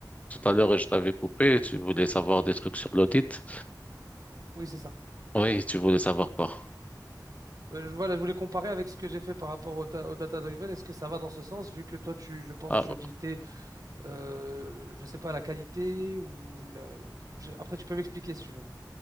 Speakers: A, on the left (about 20°); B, on the right (about 50°).
A: tout à l'heure et je t'avais coupé, tu voulais savoir des trucs sur l'audit.
B: Oui, c'est ça.
A: Oui, tu voulais savoir quoi?
B: Euh, je- voilà, je voulais comparer avec ce que j'ai fait par rapport au, ta- au data-driven. Est-ce que ça va dans ce sens, vu que toi, tu, je pense,
A: Ah,
B: tu auditais, euh, je sais pas, la qualité ou la... je- Après, tu peux m'expliquer si tu veux.